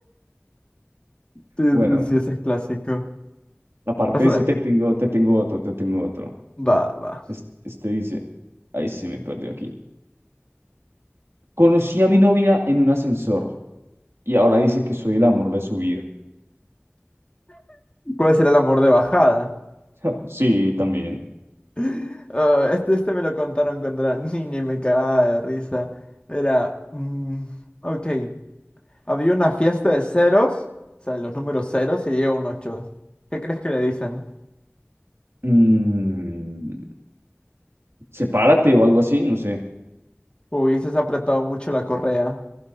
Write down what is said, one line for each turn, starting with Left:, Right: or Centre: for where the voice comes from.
Left: Sí,
Right: Bueno,
Left: sí, sí, ese es clásico.
Right: aparte
Left: O sea,
Right: de ese, te tengo, te tengo otro, te tengo otro.
Left: va, va.
Right: Es- Este, dice, ay, sí, me perdió aquí. Conocí a mi novia en un ascensor y ahora dice que soy el amor de su vida.
Left: ¿Cuál será el amor de bajada?
Right: <laughs> Sí, también.
Left: <laughs> Ah, este, este me lo contaron cuando era <laughs> niña y me cagaba de risa. Era, mm, ok, había una fiesta de ceros, o sea, los números ceros y llega un ocho. ¿Qué crees que le dicen?
Right: Mm, sepárate o algo así, no sé.
Left: ¿Hubieses apretado mucho la correa.